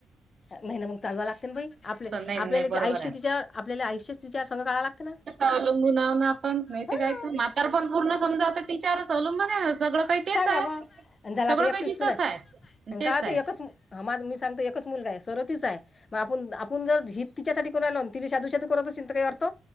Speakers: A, on the left; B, on the right.
A: नाही ना मग चालवा लागते ना बाई आपले
B: नाही नाही
A: आपल्याला
B: बरोबर
A: ते आयुष्य
B: आहे.
A: तिच्या आपल्याला आयुष्य तिच्या संघ काळावा लागते ना
B: अवलंबूनव आपण मा
A: हां
B: काय मातार पण पूर्ण समजाता तीचारच अवलंबून सगळं
A: सांगा
B: काही तेच आहे.
A: म आणि झाला
B: सगळं
A: आता एकटीस
B: काही तिचंच
A: सुना आहे
B: आणि तेच
A: का आता
B: आहे
A: एकच ह माझ मी सांगतो एकच मुलगा आहे सर्वतीच आहे मग आपण आपण जर हित तिच्यासाठी कोणालाो ति साधू सादू करतच चिं काही अर्थ